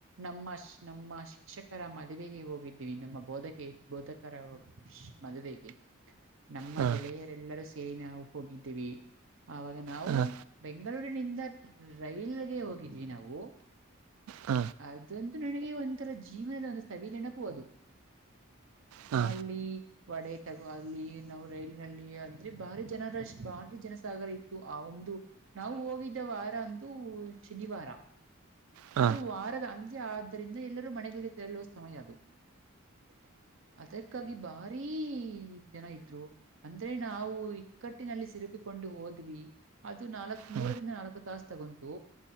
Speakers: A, on the right; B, on the right.
A: ನಮ್ಮ ನಮ್ಮ ಶಿಕ್ಷಕರ ಮದುವೆಗೆ ಹೋಗಿದ್ದೀವಿ ನಮ್ಮ ಬೋಧಕೆ ಬೋಧಕರ ಮದುವೆಗೆ ನಮ್ಮ
B: ಹ
A: ಗೆಳೆಯರೆಲ್ಲರೂ ಸೇರಿ ನಾವು ಹೋಗಿದ್ದೀವಿ ಆಾಗ ನಾವು
B: ಹ
A: ಬೆಂಗಳೂರಿನಿಂದ ರೈಲ್ಗೆ ಹೋಗಿದ್ವಿ ನಾವು
B: ಹ
A: ಅದಂತೂ ನನಗೆ ಒಂಥರ ಜೀವನದ ಒಂದು ಸವಿಧನಪು ಅದು
B: ಹ
A: ಅಲ್ಲಿ ವಡೆ ತಗೋ ಅಲ್ಲಿ ನಾವು ರೈಲಿನಲ್ಲಿ ಅಂದ್ರೆ ಬಾರಿ ಜನರಷ್ಟ ಬಾರಿ ಜನ ಸಾಗರ ಇತ್ತು ಆ ಒಂದು ನಾವು ಹೋಗಿದ್ದ ಅಂದು ಶನಿವಾರ
B: ಹ
A: ಅದು ವಾರದ ಆದ್ದರಿಂದ ಎಲ್ಲರೂ ಮನೆಗಳಿಗೆ ತೆರಳುವ ಸಮಯ ಅದು ಅದಕ್ಕಾಗಿ ಬಾರಿೀ ಜನ ಇದ್ರು ಅಂದ್ರೆ ನಾವು ಇಕ್ಕಟ್ಟಿನಲ್ಲಿ ಸಿಲುಕ ಕೊಂಡು ಹೋದ್ವಿ ಅದು ನಾಲ್
B: ಹ
A: ಮೂರರಿಂದ ನಾಲ್ಕು ತಸ್ ತಗೊಂತು